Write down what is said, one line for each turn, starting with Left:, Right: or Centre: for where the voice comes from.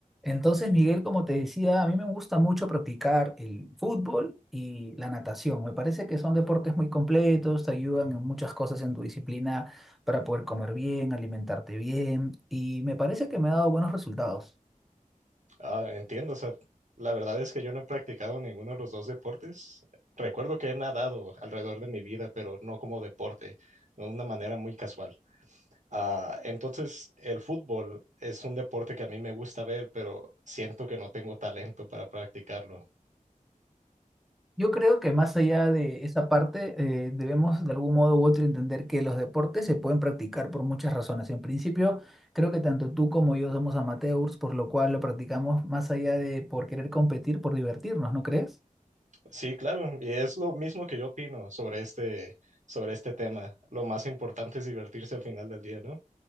Centre: Entonces, Miguel, como te decía, a mí me gusta mucho practicar el fútbol y la natación. Me parece que son deportes muy completos, te ayudan en muchas cosas en tu disciplina para poder comer bien, alimentarte bien y me parece que me ha dado buenos resultados.
Right: Ah, entiendo, o sea, la verdad es que yo no he practicado ninguno de los dos deportes. Recuerdo que he nadado alrededor de mi vida, pero no como deporte, de una manera muy casual. Ah, entonces, el fútbol es un deporte que a mí me gusta ver, pero siento que no tengo talento para practicarlo.
Centre: Yo creo que más allá de esa parte, eh, debemos de algún modo u otro entender que los deportes se pueden practicar por muchas razones. En principio, creo que tanto tú como yo somos amateurs, por lo cual lo practicamos más allá de por querer competir, por divertirnos, ¿no crees?
Right: Sí, claro, y es lo mismo que yo opino sobre este, sobre este tema. Lo más importante es divertirse al final del día, ¿no?